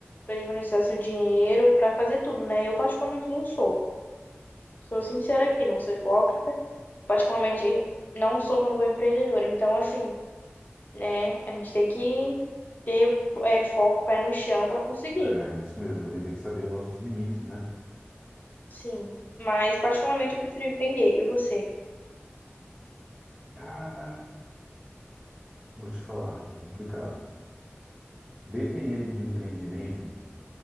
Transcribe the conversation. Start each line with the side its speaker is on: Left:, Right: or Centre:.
Left: para administrar seu dinheiro, para fazer tudo, né? Eu particularmente não sou. Sou sincera aqui, não sou hipócrita. Particularmente, não sou uma boa empreendedora. Então, assim, né, a gente tem que ter é, foco, pé no chão para conseguir.
Centre: É isso mesmo, a gente tem que saber os nossos limites, né?
Left: Sim. Mas, particularmente, eu prefiro empreender. E você?
Centre: Cara, vou te falar, é complicado. Dependendo do empreendimento,